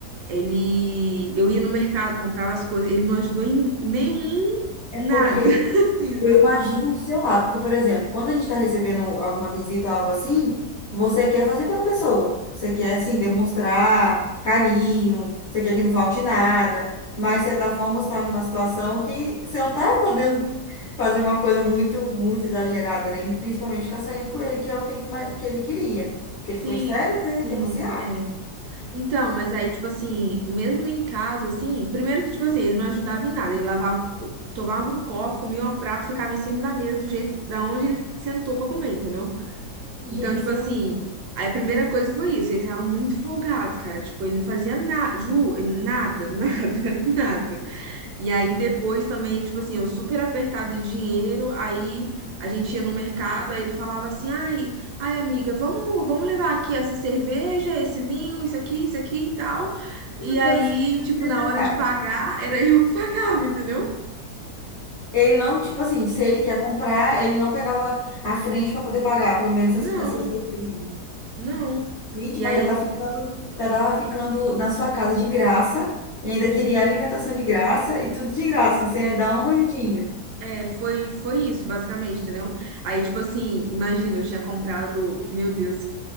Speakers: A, on the right (about 75°); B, on the left (about 55°).
A: ele, eu ia no mercado, comprava as coisas, ele não ajudou em nenhum
B: É
A: nada,
B: porque
A: <laughs> assim,
B: eu
A: sabe?
B: imagino o seu lado. Porque, por exemplo, quando a gente está recebendo alguma visita ou algo assim, você quer fazer pela pessoa. Você quer, assim, demonstrar carinho, você quer que não falte nada. Mas, de certa forma, você está numa situação que você não está podendo fazer uma coisa muito, muito exagerada, né? Principalmente ficar saindo com ele, que é o que ele, ma- que ele queria. Porque ele ficou
A: Sim,
B: de férias, né?
A: sim,
B: Quer passear.
A: é. Então, mas aí, tipo assim, mesmo em casa, assim, primeiro que, tipo assim, ele não ajudava em nada, ele lavava, tomava um copo, comia um prato, ficava em cima da mesa, do jeito, da onde ele sentou pra comer, entendeu?
B: Gente,
A: Então, tipo
B: sem
A: assim, aí a primeira coisa foi isso, ele tava muito folgado, cara, tipo, ele não fazia nada, Ju, ele- nada, <laughs> nada, nada. E aí depois também, tipo assim, eu super apertado de dinheiro, aí a gente ia no mercado, aí ele falava assim: "Ai, ai amiga, vamos, vamos levar aqui essa cerveja, esse vinho, isso aqui, isso aqui e tal". E aí,
B: coisas desnecessárias.
A: tipo, na hora de pagar, <laughs> era eu que <laughs> pagava, entendeu?
B: Ele não, tipo assim, se ele quer comprar, ele não pegava a frente para poder pagar, pelo menos
A: Não,
B: essas, essas besteirinhas.
A: não.
B: Gente,
A: E
B: mas
A: aí,
B: já tá ficando, já tava ficando na sua casa de graça, e ainda queria alimentação de graça e tudo de graça, e sem ainda dar uma ajudinha.
A: é, foi, foi isso, basicamente, entendeu? Aí, tipo assim, imagina, eu tinha comprado, meu Deus,